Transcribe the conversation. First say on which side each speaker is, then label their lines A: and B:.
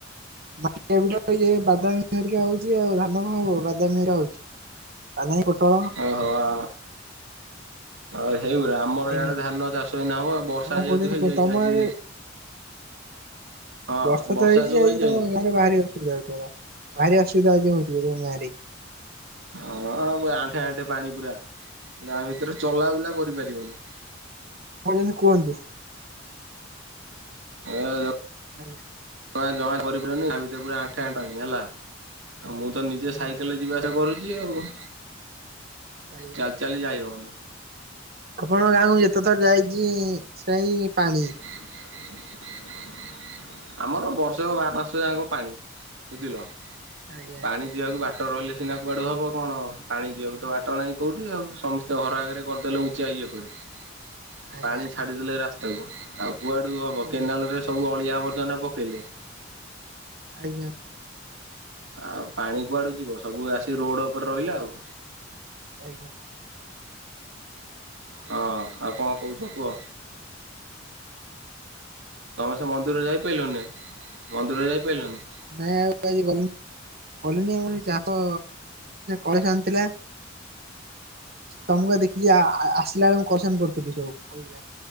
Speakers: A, on the right; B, on the right.
A: ମାଟିଆ ବିଲ ଇଏ ବାଦାମୀ ହେରିକା ହୋଉଚି ଆଉ ଧାନ କଣ ହବ ବାଦାମୀ ହେରା ହୋଉଚି। ବାଦାମୀ, ପୋଟଳ
B: ଓହୋ ଆ ଓ ସେଇଗୁୁରା। ଆମର
A: ଆଜ୍ଞା
B: ଇଆଡେ ଧାନ ଚାଷ ଏଇନା ହବ। ବର୍ଷା
A: ଆଉ
B: ଯେହେତୁ
A: କଣ କହୁଛନ୍ତି
B: ହେଇଯାଇଚି
A: ତମ
B: ଆଜି
A: ଆଡେ
B: ହଁ
A: ବର୍ଷା ତ ହେଇଚି
B: ଯୋଉ
A: ହେଇଚି
B: ହେଇଯାଇନି
A: ତମ ଗାଁରେ ବାହାରି ଆସ। <unintelligible> ଭାରି ଅସୁବିଧା ହୋଉଚି <unintelligible> ତମ ଗାଁରେ।
B: ହଁ ପା ଆଣ୍ଠେ ଆଣ୍ଠେ ପାଣି ପୁରା। ଗାଁ ଭିତରେ ଚଲାବୁଲା କରିପାରିବନି।
A: ଆପଣ ଯେମିତି କୁହନ୍ତୁ।
B: ଏଇପା ଯ <unintelligible>
A: ଆଜ୍ଞା।
B: ଜମା ଜମାଃ କରିପାରବନି ଗାଁ ଭିତରେ ପୁରା ଆଣ୍ଠେଏଁ ଆଣି ହେଲା ଆଉ ମୁଁ ତ ନିଜେ
A: ଆଜ୍ଞା।
B: ସାଇକେଲରେ ଯିବା ଚେଷ୍ଟା କରୁଚି ଆଉ
A: ଆଜ୍ଞା
B: ଚାଲି ଚାଲି ଯାଇ ହବନି।
A: ଆପଣଙ୍କ ଗାଁକୁ ଯେତେ ଥର ଯାଇତି ସେଇ ପାଣି।
B: <inaudible> ଆମର ବର୍ଷକ ବାର ମାସ ଯାଁକ ପାଣି ବୁଝିଲ।
A: ଆଜ୍ଞା
B: ପାଣି ଯିବାକୁ ବାଟ ରହିଲେ ସିନା କୁଆଡୁ ହବ କଣ? ପାଣି ଯିବାକୁ ତ ବାଟ ନାହିଁ କୋଉଠି ଆଉ ସମି ସେ ଘର ଆଗରେ କରିଦେଲେ ଉଚ୍ଚା ଇଏ କରି। ପାଣି
A: ଆଜ୍ଞା
B: ଛାଡିଦେଲେ ରାସ୍ତା କୁ ଆଉ କୁଆଡୁ ହବ
A: ଆଜ୍ଞା
B: କେନାଲରେ ସବୁ ଅଳିଆ ଆବର୍ଜନା ପକେଇଲେ।
A: ଆଜ୍ଞା।
B: ଆଉ ପାଣି କୁଆଡୁ ଯିବ ସବୁ ଆସିିକି ରୋଡ୍ ଉପରେ ରହିଲେ ଆଉ।
A: ଆଜ୍ଞା।
B: ହଁ ଆଉ କଣ କୋହୁଚ କୁହ। ତମେ ସେ ମନ୍ଦିର ଯାଇ ପାଇଲନି ମନ୍ଦିର ଯାଇ ପାଇଲନି।
A: ନାଇଁ ଆଉ ଆଜି ଗନୁନି। କଲିନି ଆମ ସେ ଚାଷ କରିସାରିଥିଲା। ତମକୁ ଦେଖିକି ଆସିଲା ବେଳେ ମୁ କସନ କରିଥିଲି ସବୁ ପଇ